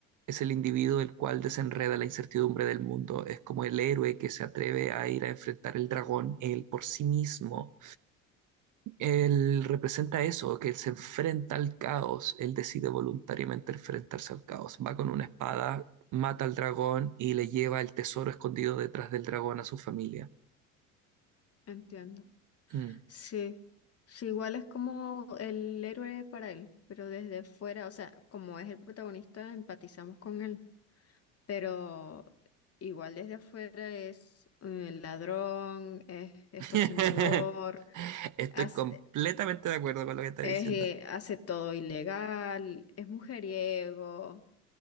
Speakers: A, on the right (about 45°); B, on the left (about 35°).
A: Es el individuo el cual desenreda la incertidumbre del mundo, es como el héroe que se atreve a ir a enfrentar el dragón él por sí mismo Él representa eso, que él se enfrenta al caos, él decide voluntariamente enfrentarse al caos, va con una espada, mata al dragón y le lleva el tesoro escondido detrás del dragón a su familia.
B: Entiendo.
A: Mm.
B: Sí, sí, igual es como el héroe para él, pero desde fuera, o sea, como es el protagonista, empatizamos con él, pero igual desde afuera es eh, ladrón, es extorsionador,
A: <laughs> Estoy
B: hace,
A: completamente de acuerdo con lo que está
B: es,
A: diciendo.
B: eh, hace todo ilegal, es mujeriego,